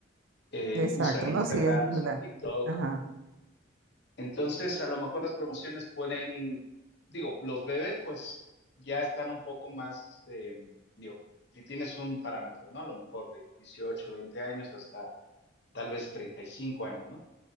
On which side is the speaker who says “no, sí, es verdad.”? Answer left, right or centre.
Right